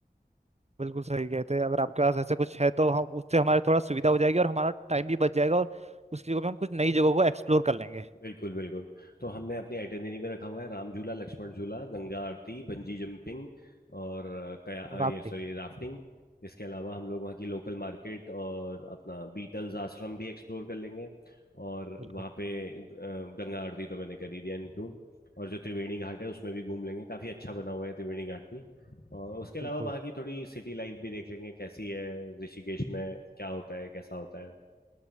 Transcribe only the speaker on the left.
बिल्कुल बिल्कुल तो हमने अपनी आइटिनरी में रखा हुआ है राम झूला लक्ष्मण झूला गंगा आरती बंजी जंपिंग और अ, कया अ,
ये सॉरी राफ्टिंग इसके अलावा हम लोग वहाँ की लोकल मार्केट और अपना बीटल्स आश्रम भी एक्सप्लोर कर लेंगे और
वहाँ पे अ, गंगा आरती तो मैंने कर ही दिया इंक्लूड और जो त्रिवेणी घाट है उसमें भी घूम लेंगे काफ़ी अच्छा बना हुआ है त्रिवेणी घाट भी और उसके अलावा
वहाँ की थोड़ी सिटी लाइफ भी देख लेंगे कैसी है ऋषिकेश में क्या होता है कैसा होता है